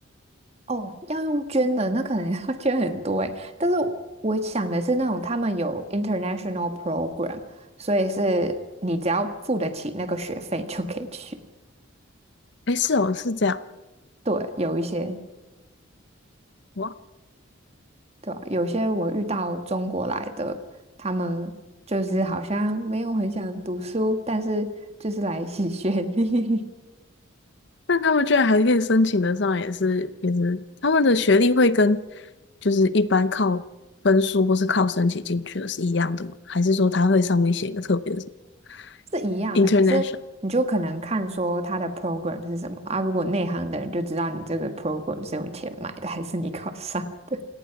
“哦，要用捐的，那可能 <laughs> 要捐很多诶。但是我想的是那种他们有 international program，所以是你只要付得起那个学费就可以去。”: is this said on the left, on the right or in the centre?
Right